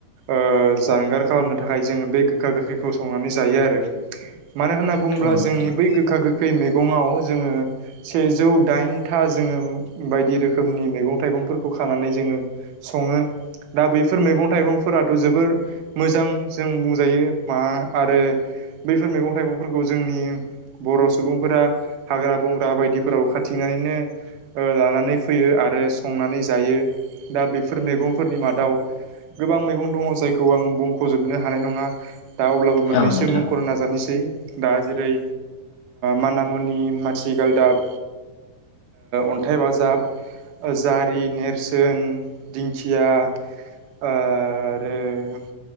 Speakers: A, on the right; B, on the left.
A: ओ जानगार खालामनो थाखाय जोङो बे गोखा गोखैखौ संनानै जायो आरो। मानो होनना बुङोब्ला
B: औ नोंथां
A: जोंनि बै गोखा गोखै मैगङाव जोङो सेजौ दाइनथा जोङो बायदि रोखोमनि मैगं थाइगंफोरखौ खानानै जोङो सङो ।दा बैफोर मैगं थाइगंफोराथ' जोबोर मोजां जों बुंजायो मा आरो बैफोर मैगं थाइगंफोरखौ जोंनि बर' सुबुंफोरा हाग्रा बंग्रा बायदिफोराव खाथिंनानैनो ओ लानानै फैयो ।आरो संनानै जायो । दा बेफोर मैगंफोरनि मादाव गोबां मैगं दङ जाय खौ आं बुंख'जोबनो हानाय नङा । दा अब्लाबो मोननैसो
B: औ नोंथां
A: मुंख'नो नाजानोसै। दा जेरै मानामुनि, मानथिगालदाब अन्थाइ बाजाब जारि, नेरसोन, दिंखिया ओ आरो-